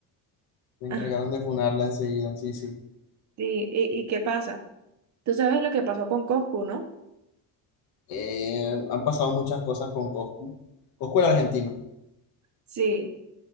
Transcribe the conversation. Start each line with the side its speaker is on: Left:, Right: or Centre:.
Left: se encargaron
Right: Ah,
Left: de funarla enseguida, sí, sí.
Right: sí, ¿y, y qué pasa? Tú sabes lo que pasó con Coscu, ¿no?
Left: Eh, han pasado muchas cosas con Coscu. Coscu el argentino.
Right: Sí.